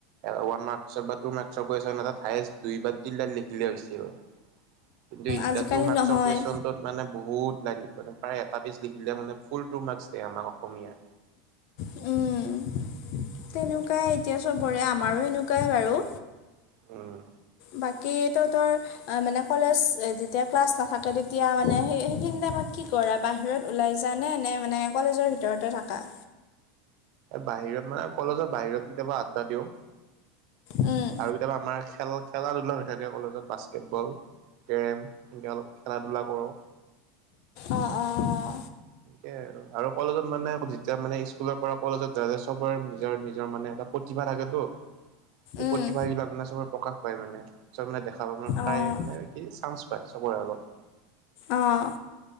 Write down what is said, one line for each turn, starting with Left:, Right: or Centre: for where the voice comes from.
Right: ওৱান মাৰ্কচৰ বা টু মাৰ্কচৰ কেশ্যন এাত হায়েষ্ট দুই বা লিখিলে হৈছিল কিন্তু
Left: আজিকালি
Right: তু মাৰ্ক্সৰ
Left: নহয়
Right: কন ত মানে বহুত লাইন লিখিবে প্ৰায় এটা পেজ লিখিলে মানে ফুল টু মাৰ্কছ দিয়ে আমাক অসমীয়াত।
Left: তেনেকুৱাই এতিয়া চবৰে আমাৰো এনেকুৱাই বাৰু।
Right: উম,
Left: বাকী তহতৰ মানে কলেজ যেতিয়া ক্লাছ নাথাকে তেতিয়া মানে স সেইখিনি টাইমত কি কৰা? বাহিৰত ওলাই যা নে-নে মানে কলেজৰ ভিতৰতে থকা?
Right: বাহিৰত মানে কলেজৰ বাহিৰত কেতিয়াবা আড্ডা দিওঁ।
Left: উম,
Right: আৰু কেতিয়াবা আমাৰ খেল খেলা ধূলা হৈ থাকে কলেজত বাস্কেটবল, কেৰেম একৈ অলপ খেলা ধূলা কৰোঁ।
Left: অ, অ, অ,
Right: সেে আৰু কলেজত মানে যেতিয়া মানে স্কুলৰ পৰা কলেজত যাৱা যায়। চবৰে নিজৰ- নিজৰ মানে এটা প্ৰতিভা থাকেতো। এই
Left: উম
Right: প্ৰতিভা বিলাক মানে চবৰে প্ৰকাশ পায়, মানে চব মানে দেখা পায় মান প্ৰায়
Left: অঁ
Right: মানে সেই চান্স পায় চবৰে আগত।
Left: অ',